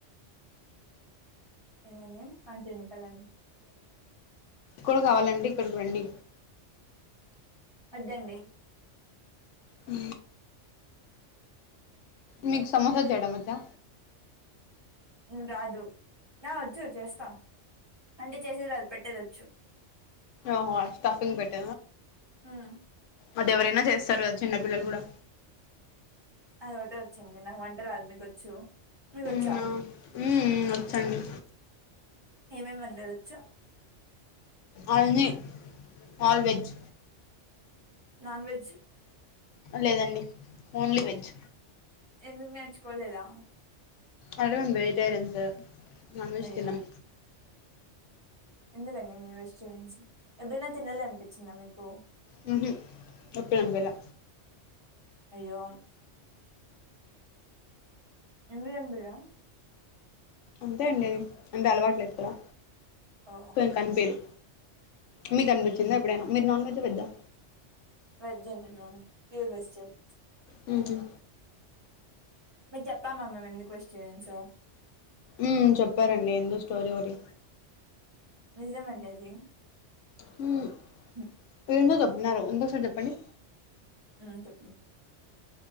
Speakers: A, on the right; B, on the left.
A: ఏమయింది అంటుంది పల్లని
B: కూడ కావాలంటె ఇక్కడికి రండి
A: వద్దండి
B: ఉ మీకు సమోస చేయడం వచ్చా
A: రాదు హా వచ్చు చేస్తా అంటే చేసేది రాదు పెట్టేదొచ్చు
B: ఆహో స్టఫింగ్ పెట్ట
A: ఉమ్
B: అది ఎవరైనా చేస్తారు కదా చిన్నపిల్లలు కూడా
A: అది ఒకటే వచ్చిండి నాకు వంట రాదు మీకుొచ్చు మీకు
B: మ్మ్
A: వచ్చా
B: ఆ. మ్మ్ మ్మ్, వచ్చండి
A: ఏమేమి వంటలొచ్చు
B: అన్నీ ఆల్ వెెజ్
A: నాన్ వెజ్
B: లేదండి ఓన్లీ వెజ్
A: ఎందుకు నేర్చుకోలేదా
B: అయినా మేము వెజిటైరన్స్ నాన్ వెజ్
A: అయ్యో
B: తినం
A: ఎందుకండి మీరు వెజిటేరియన్స్ ఎప్పుడైనా తినాలి అనిపించిందా మీకు
B: హుహు ఎప్పుడు అనిపిలా
A: అయ్యో ఎందుకు అనిపిలా
B: అంతే అండి అది అంటే అలవాటు లేదు కదా
A: ఓ
B: ఇంకా అనిపియ్యదు మీకు అనిపించిందా ఎప్పుడైనా మీరు నాన్ వెజ్ ఆ వెజ్ ఆ
A: వెజ్ ఏ నేను ప్యూర్ వెజిటేరియన్
B: హుహు
A: మీకు చెప్పామా మేము ఎందుకు క్రిస్టియన్స్ హో
B: ఉ చెప్పారండి ఎందు స్టోరీ ఒకటి
A: నిజమండి అది
B: హ్మ్మ్
A: హు
B: నిజంగా చెపుతున్నారా ఇంకో సారి చెప్పండి
A: ఆ చెప్పు